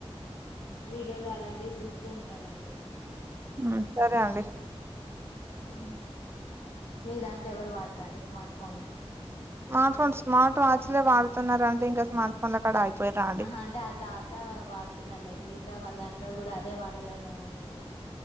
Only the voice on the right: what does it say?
ఉ సరే అండి
స్మార్ట్ ఫోన్స్ స్మార్ట్ వాచ్లే వాడుతున్నారంటే ఇంకా స్మార్ట్ కొన్న కాడ ఆగి పోయిరా